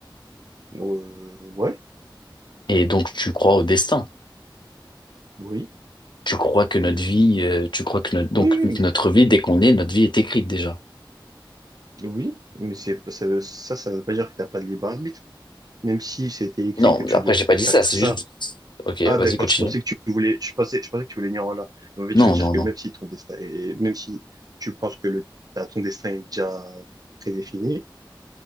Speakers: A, on the right (about 50°); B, on the left (about 65°).
A: Euh, ouais,
B: Et donc tu crois au destin?
A: oui.
B: Tu crois que notre
A: Mais-
B: vie,
A: c-
B: euh, tu crois que notre, donc
A: oui, oui, mais
B: notre vie, dès qu'on est, notre vie est écrite déjà.
A: Oui, mais c'est pas- ça, ça, ça veut pas dire que t'as pas de libre arbitre. Même si c'était écrit
B: Non,
A: que tu
B: après
A: devais
B: j'ai pas dit
A: faire
B: ça,
A: ça.
B: c'est juste. Ok, vas-y,
A: Ah, d'accord,
B: continue.
A: je pensais que tu voulais, je pensais, je pensais que tu voulais venir en là. Mais en fait, je
B: Non,
A: veux dire
B: non,
A: que même
B: non.
A: si ton destin est, même si tu penses que le, t'as- ton destin est déjà prédéfini,